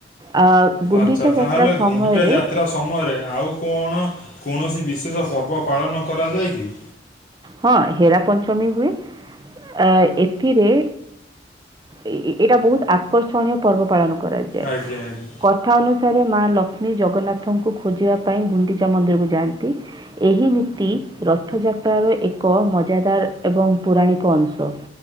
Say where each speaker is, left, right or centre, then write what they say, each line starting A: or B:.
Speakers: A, on the right; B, on the left.
A: ଆ ଗୁଣ୍ଡିଚା
B: ଆଚ୍ଛା ତାହେଲେ
A: ଯାତ୍ରା ସମୟରେ
B: ଗୁଣ୍ଡିଚା ଯା ମାତ୍ରା ସମୟରେ ଆଉ କଣ କୌଣସି ବିଶେଷ ପର୍ବ ପାଳନ କରାଯାଏ କି।
A: ହଁ ହେରା ପଞ୍ଚମୀ ହୁଏ ଆ ଏଥିରେ ଏଇଟା ବହୁତ ଆକର୍ଷଣୀୟ ପର୍ବ ପାଳନ କରାଯାଏ।
B: ଆଜ୍ଞା ଆଜ୍ଞା।
A: କଥା ଅନୁସାରେ ମା ଲକ୍ଷ୍ମୀ ଜଗନ୍ନାଥଙ୍କୁ ଖୋଜିବା ପାଇଁ ଗୁଣ୍ଡିଚା ମନ୍ଦିରକୁ ଯାଆନ୍ତି। ଏହି ନୀତି ରଥଯାତ୍ରାର ଏକ ଏକ ମଜାଦାର ଏବଂ ପୌାଣିକ ଅଂଶ।